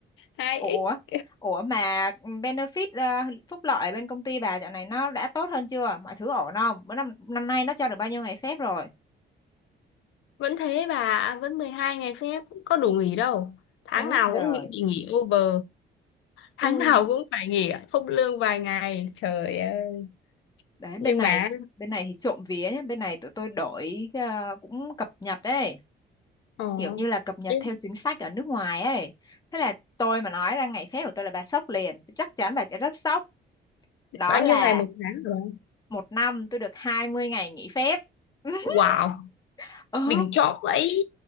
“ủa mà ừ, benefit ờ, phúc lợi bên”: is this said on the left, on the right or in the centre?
Left